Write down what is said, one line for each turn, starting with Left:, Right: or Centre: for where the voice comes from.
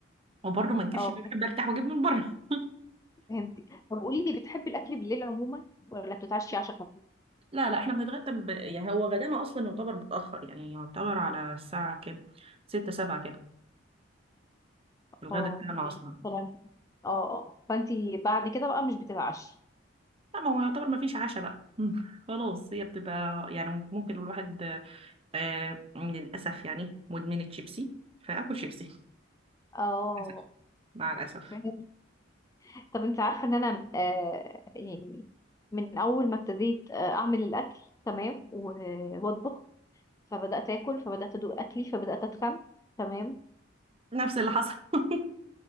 Right: وبرضه ما انكرش
Left: اه
Right: إن أنا بحب ارتاح واجيب من بره <laughs>
Left: فهمتك طب قولي لي بتحبي الاكل بالليل عموما ولا بتتعشي عشاء خفيف
Right: لا لا احنا بنتغدى ب... يعني هو غدانا اصلا يعتبر متاخر يعني يعتبر على الساعه كام ستة سبعة كده الغدا
Left: اه
Right: بتاعنا
Left: يعني
Right: اصلا
Left: مثلا اه اه فانتي بعد كده بقى مش بتتعشي
Right: لا ما هو يعتبر ما فيش عشاء بقى مم. خلاص هي بتبقى يعني ممكن الواحد آه للأسف يعني مدمن الشيبسي فأكل شيبسي
Left: اه
Right: للأسف، مع الأسف
Left: فهمت طب انت عارفه ان انا آه يعني من اول ما ابتديت آه اعمل الاكل تمام و- واطبخ فبدات اكل فبدات ادوق اكلي فبدات اتخن تمام
Right: نفس اللي حصل <laughs>